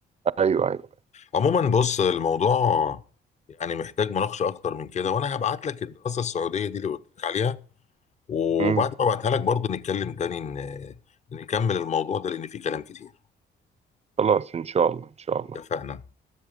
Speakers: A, on the right (about 35°); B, on the left (about 35°).
A: ايوه ايوه
B: عموما بص الموضوع يعني محتاج مناقشه اكتر من كده وانا هبعت لك الدراسه السعوديه دي اللي قلت لك عليها وبعد
A: امم
B: ما ابعتها لك برضه نتكلم تاني ن- نكمل الموضوع ده لان فيه كلام كتير
A: خلاص ان شاء الله ان شاء الله
B: اتفقنا